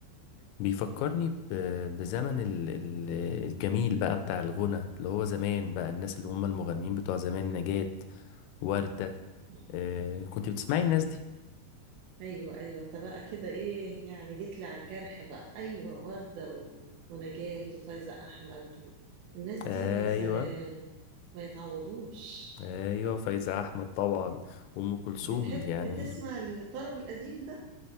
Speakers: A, on the left; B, on the right.
A: بيفكرني ب- بزمن ال- ال- الجميل بقى بتاع الغنى اللي هو زمان بقى الناس اللي هم المغنيين بتوع زمان نجاة وردة
B: آه.
A: آه كنت بتسمعي الناس دي
B: ايوه ايوه انت بقى كده ايه يعني جيت لي على الجرح بقى ايوه ورده و... ونجاة وفايزه احمد و... الناس دي
A: ايوه
B: يا سلام ما يتعوضوش
A: ايوه فايزة احمد طبعا وام كلثوم
B: بتحب
A: دي يعني
B: تسمع الطرب القديم ده